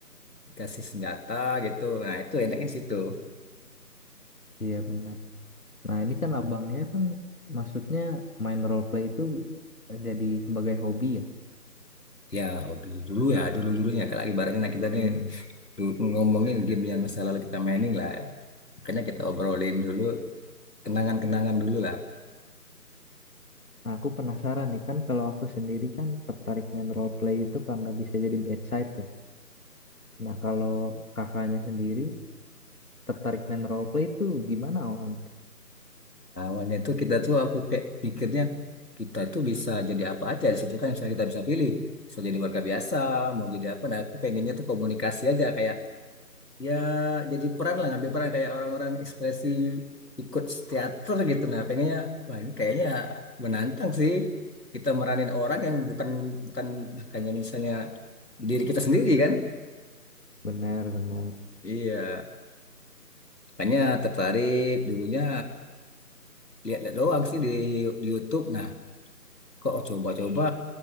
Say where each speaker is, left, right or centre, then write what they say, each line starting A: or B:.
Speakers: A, on the left; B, on the left.
A: kasih senjata gitu. Nah itu enaknya di situ.
B: Iya benar. Nah ini kan abangnya kan maksudnya main role play itu eh, jadi sebagai hobi ya.
A: Ya hobi dulu ya dulu dulunya kalau ibaratnya nah kita nih
B: Hmm.
A: du- ngomongin game yang masa lalu kita mainin lah. Makanya kita obrolin dulu kenangan-kenangan dulu lah.
B: Nah, aku penasaran nih kan kalau aku sendiri kan tertarik main role play itu karena bisa jadi bedside ya. Nah, kalau kakaknya sendiri tertarik main role play itu gimana, Wan?
A: Awalnya tuh kita tuh apa pe- pikirnya kita itu bisa jadi apa aja di situ kan misalnya kita bisa pilih. Bisa jadi warga biasa, mau jadi apa. Nah aku pengennya tuh komunikasi aja kayak ya jadi peran lah ngambil peran kayak orang-orang ekspresi ikut teater gitu nah pengennya wah, ini kayaknya menantang sih kita meranin orang yang bukan bukan bukannya misalnya diri kita sendiri kan
B: Benar-benar.
A: iya makanya tertarik dulunya lihat-lihat doang sih di di YouTube nah kok coba-coba